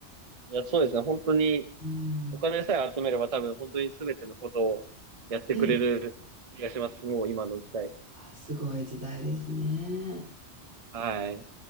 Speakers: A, on the right; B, on the right.
A: いや、そうですね。本当に、
B: うん。
A: お金さえ集めれば多分本当に全てのことをやってくれる気がします。
B: ねえ。
A: もう今の時代。
B: あー、すごい時代ですね。
A: はい。